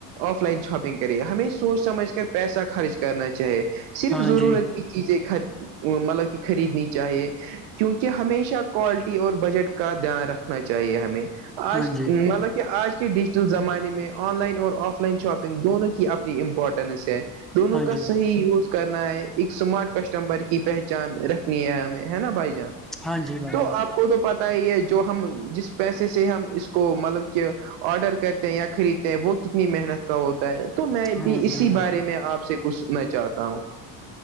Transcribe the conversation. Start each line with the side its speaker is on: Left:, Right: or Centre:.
Right: آف لائن شاپنگ کرے ہمیں سوچ سمجھ کر پیسہ خرچ کرنا چاہیے صرف
Centre: ہاں
Right: ضرورت
Centre: جی
Right: کی چیزیں مطلب کہ خریدنی چاہیے کیونکہ ہمیشہ کوالٹی اور بجٹ کا دھیان رکھنا چاہیے ہمیں آج
Centre: ہاں جی
Right: مطلب کہ آج کی ڈج زمانے میں آن لائن اور آف لائن شاپنگ دونوں کی اپنی امپورٹنس ہے دونوں
Centre: ہاں
Right: کا
Centre: جی
Right: صحی یوز کرنا ہے ایک سمارٹ کسٹمر کی پہچان رکھنی ہے ہمیں ہے نا بھائی جی
Centre: ہاں جی بھائی
Right: تو
Centre: جان
Right: آپ کو تو پتا ہے یہ جو ہم جس پیسے سے ہم اس کو مطلب کہ آڈر کرتے ہیں یا خریدتے ہیں وہ کتنی محنت کا ہوتا ہے تو میں
Centre: ہاں
Right: بھی اسی
Centre: جی ہاں
Right: بارے
Centre: جی
Right: میں آپ سے کچھ سنا چاہتا ہوں